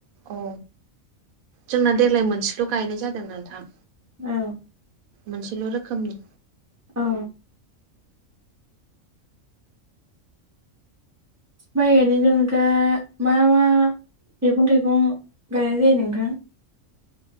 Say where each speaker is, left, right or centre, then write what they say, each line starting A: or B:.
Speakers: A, on the right (about 85°); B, on the right (about 25°).
A: औ जोंना देग्लाय मोनसेल' गायनाय जादों नोंथां
B: औ
A: मोनसेल' रोखोमनि
B: औ माइ गायनायनि अनगा मा मा मैगं थाइगं गायनाय जायो नोंथां